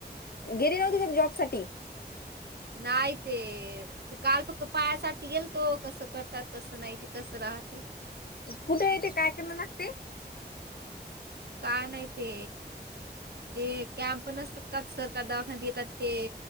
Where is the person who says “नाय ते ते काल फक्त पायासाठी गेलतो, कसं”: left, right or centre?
Right